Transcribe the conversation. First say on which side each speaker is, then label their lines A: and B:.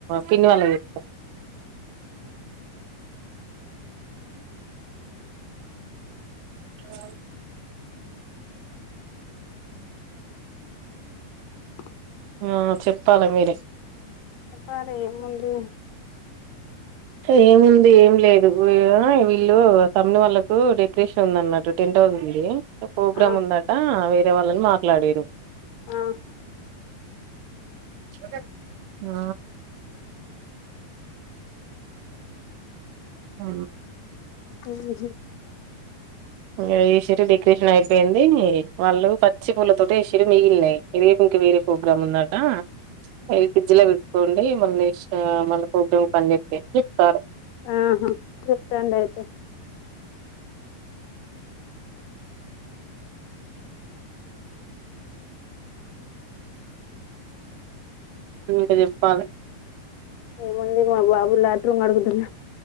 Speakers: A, on the right (about 85°); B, on the left (about 80°).
A: పిన్ని వాళ్ళం చెత ఆ
B: అ
A: ఆ చెప్పాలి మీరే
B: ఒపారే ఏముంది
A: ఏముంది ఏమి లేదు వీళ్ళు తమ్ముని వాళ్ళకు డెకరేషన్ ఉంది అన్నట్టు టెంట్ హౌస్ ఉంది ప్రోగ్రామ్
B: ఆ
A: ఉందట వేరే వాళ్ళని మాట్లాడిరు
B: ఆ
A: అవునా చికన్ ఆ ఆ
B: ఉ హుమ్
A: ఇంగా ఈ చీర డెకరేషన్ అయిపోయింది. వాళ్ళు పచ్చి పూల తోట వేసిల్లు మిగిలినయి. ఇదే ఇంక వేరే ప్రోగ్రామ్ ఉందట. అయి ఫ్రిజ్ ల పెట్టుకోండి. మళ్ళీ వచ్చిన మళ్ళీ ఫొటోలు కోసం అని ఉన్నారు
B: ఆహా పెట్టండి అయితే
A: ఇంక చెప్పాలి.
B: ఏముంది మా బాబు లాట్రో కడుగుతున్న